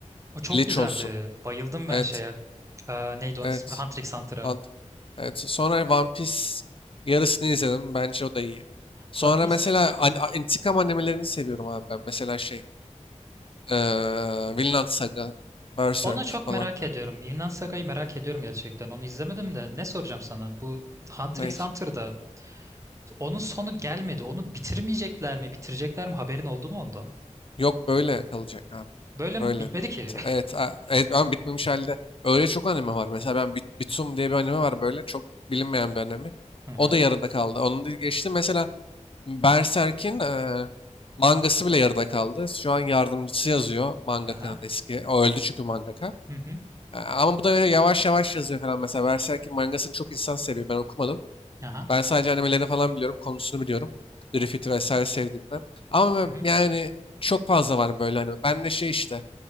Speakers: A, on the right; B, on the left.
A: o çok
B: Bleach
A: güzeldi.
B: olsun.
A: Bayıldım ben
B: Evet
A: şeye. Aa, neydi onun
B: evet.
A: ismi? Hunter x Hunter'a.
B: Ant- Evet. Sonra One Piece yarısını izledim. Bence o da iyi. Sonra
A: One Piece.
B: mesela an- a- intikam animelerini seviyorum abi ben. Mesela şey, eee Vinland Saga, Berserk
A: Onu çok
B: falan.
A: merak ediyorum. Vinland Saga'yı merak ediyorum gerçekten. Onu izlemedim de ne soracağım sana? Bu Hunter
B: Ney?
A: x Hunter'da Onun sonu gelmedi. Onu bitirmeyecekler mi? Bitirecekler mi? Haberin oldu mu ondan?
B: Yok böyle kalacak abi.
A: Böyle mi?
B: Böyle.
A: Bitmedi ki.
B: Evet, a- evet Ama bitmemiş halde öyle çok anime var. Mesela ben Bit- Bitsum diye bir anime var böyle çok bilinmeyen bir anime.
A: <laughs> Hı hı.
B: O da yarıda kaldı. Onu da geçtim. Mesela Berserk'in eee, mangası bile yarıda kaldı. Şu an yardımcısı yazıyor mangakanın
A: Aha.
B: eski. O öldü çünkü mangaka.
A: Hı hı.
B: E, ama bu da yavaş yavaş yazıyor falan. Mesela Berserk'in mangasını çok insan seviyor. Ben okumadım.
A: Aha.
B: Ben sadece animelerini falan biliyorum. Konusunu biliyorum. Griffith'i vesaire sevdiğimden. Ama ben-
A: Hı hı.
B: yani çok fazla var böyle anime. Ben de şey işte.